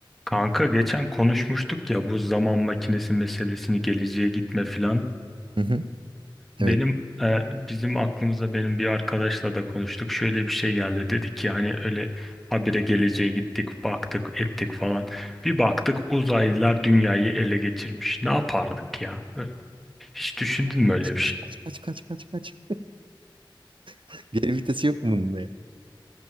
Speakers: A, in the centre; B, on the right.
A: Kanka geçen konuşmuştuk ya bu zaman makinesi meselesini geleceğe gitme filan.
B: Hı hı.
A: Benim
B: Evet.
A: e, bizim aklımıza benim bir arkadaşla da konuştuk. Şöyle bir şey geldi. Dedi ki hani öyle habire geleceğe gittik, baktık, ettik falan. Bir baktık uzaylılar dünyayı ele geçirmiş. Ne yapardık ya? Ö- Hiç düşündün mü öyle
B: Kaç
A: bir
B: kaç
A: şey?
B: kaç kaç kaç kaç kaç. <laughs> Geri vitesi yok mu bunda